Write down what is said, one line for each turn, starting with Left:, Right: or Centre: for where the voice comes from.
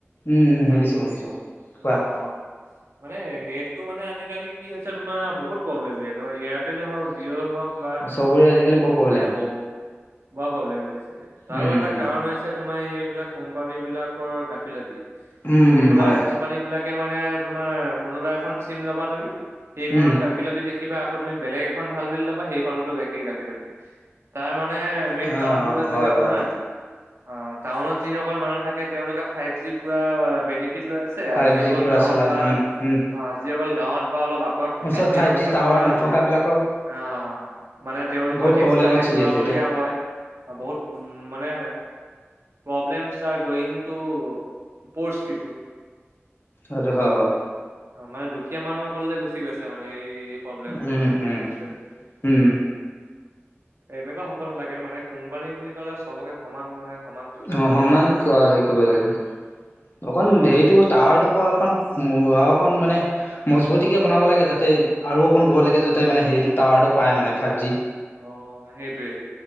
Left: উম উম শুনিছো শুনিছো
Right: অ',
Left: কোৱা <inaudible>
Right: মানে নেটতটো মানে আজিকালি কি হৈছে তোমাৰ বহুত প্ৰব্লেম নেট তোৰ এয়াৰটেলে হওঁক জিঅ' হওঁক বা
Left: উম চবৰে আজিকালি বৰ প্ৰব্লেম
Right: মানে ব বৰ প্ৰব্লেম দিছে তাৰো
Left: উম।
Right: এটা কাৰণ হৈছে তোমাৰ এইবিলাক কোম্পানী বিলাক ৰ গাফিলতি
Left: উম,
Right: কোমপ্লা
Left: উম, হয়,
Right: কোম্পানী বিলাক মানে তোমাৰ কোনোবা এখন চিম ল'বা তুমি সেইখনৰ
Left: উম,
Right: গাফিলতি দেখি কিবা আকৌ তুমি বেলেগ এখন ভাল বুলি ল'বা সেইখনতো একেই গাফিলতি তাৰ মা নে মেইন
Left: অ',
Right: কাৰণটো
Left: অ',
Right: হৈ গৈছে
Left: হয় বাৰু।
Right: তোমাৰ অহ টাউনত যিসকল মানুহ থাকে তেওঁলোকে ফাইভ জি পুৰা বেনি ফিট লৈ আছে
Left: ফাইভ
Right: আৰু যিসকল
Left: জি পুৰা
Right: গাঁৱত
Left: চলাই
Right: বা
Left: উম, উম,
Right: অহ যিসকল গাঁৱত বা অলপ আঁতৰত থাকে
Left: ওচৰত
Right: তেওঁলোকে
Left: ফাইভ জি টাৱাৰ
Right: তোমাৰ
Left: নথকা
Right: এ
Left: বিলাকৰ
Right: অহ মানে তেওঁলোকৰ
Left: বহুত প্ৰব্লেমত
Right: একস্ট্ৰা নেট
Left: চলি
Right: ভৰাবলগীয়া
Left: আছে এতিয়া,
Right: হয় বহুত উম মানে problems are going to pose people.
Left: এইটো হয় বাও
Right: অ মানে দুখীয়া মানুহ সকললে গুচি গৈছে মানে এই প্ৰব্লেমবোৰ
Left: উম,
Right: মানে
Left: উম,
Right: একচুৱেলী
Left: উম,
Right: এনেকুৱা হ'ব নালাগে মানে কোম্পানী বুলি ক'লে চবকে সমান মানে সমান চকুৰে
Left: অহ
Right: চাব
Left: সমান
Right: লাগে।
Left: কা হেৰি কৰিব লাগে অকণ
Right: অ',
Left: দেইটো টাৱাৰটোৰ পৰা অকণ অকণ মানে মজবুতি কে বনাব লাগে যাতে আৰু অকণ দূৰলৈকে যাতে মানে হেৰিটো টাৱাৰটো পায় মানে ফাইভ জি
Right: অহ সেইটোৱে